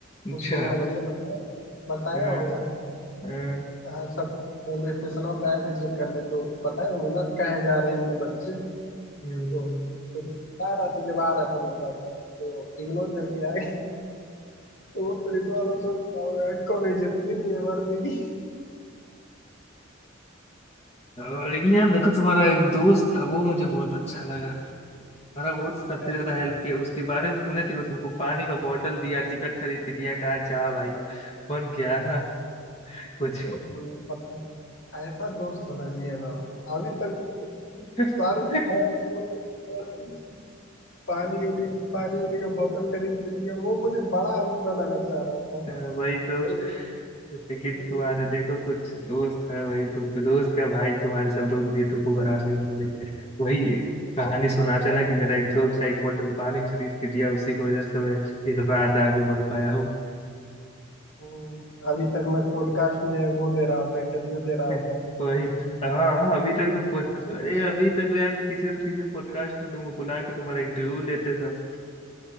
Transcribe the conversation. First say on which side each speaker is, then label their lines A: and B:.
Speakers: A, on the left (about 30°); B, on the left (about 70°).
A: अच्छा
B: उसको मेरा भैया बताया बताया
A: हम्म,
B: होगा
A: हम्म,
B: हाँ, सब रेलवे स्टेशन पे आए थे चेक करने तो बताए होंगे ना कहाँ जा रहे हैं इनमें बच्चे
A: हम्म।
B: तो तो जा रहा था जब आ रहा था मैं तब तो इग्नोर करके आ गया वो पुलिस वाला सोचता होगा कौन इज्जत ही नहीं है वर्दी की
A: और लेकिन
B: फिर
A: यार देखो
B: आया
A: तुम्हारा एक दोस्त था वो मुझे बहुत अच्छा लगा हमारा वो सबसे
B: क्या
A: ज्यादा
B: चीज
A: हेल्प किया उसके बारे में सुने थे वो तुमको पानी का बोतल दिया टिकट खरीद के दिया कहा जा भाई बन के आना कुछ
B: हम्म, मतलब ऐसा दोस्त होना चाहिए ना अभी तक मैंने
A: <laughs>
B: सारे खाया, तो मैं पानी उनी पानी उनी का बोतल खरीद पी लिया वो मुझे बड़ा आदमी बनाना चाह रहा था
A: अ, वही तो
B: लेकिन
A: लेकिन
B: मेरे-
A: तुम्हारे देखो कुछ दोस्त है वही तुम दोस्त क्या भाई तुम्हारे सब लोग भी तुमको बना दे बल्ले वही कहानी सुनाते ना कि मेरा एक दोस्त है एक बोतल पानी खरीद के दिया उसी की वजह से मैं इतना आज आगे बढ़ पाया हूँ
B: हम्म, अभी तक मैं पॉडकास्ट में वो दे रहा होता इंटरव्यू दे रहा
A: <laughs>
B: होता
A: वही हाँ अभी तक तो पोस्ट अरे अभी तक यार किसी न किसी पॉडकास्ट में तुमको बुला के तुम्हारा इंटरव्यू लेते सब